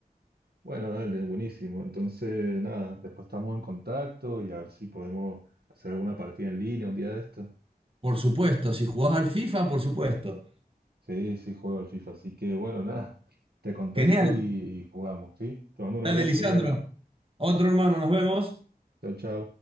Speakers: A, on the right; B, on the right.
A: Bueno, dale, buenísimo. Entonces, nada, después estamos en contacto y a ver si podemos hacer alguna partida en línea un día de esto.
B: Por supuesto, si jugás al FIFA, por supuesto.
A: Sí, sí, juego al FIFA. Así que, bueno, nada, te contacto
B: Genial.
A: y, y jugamos, ¿sí? Te mando un
B: Dale,
A: abrazo,
B: Lisandro.
A: Diego.
B: Otro hermano, nos vemos.
A: Chao, chao.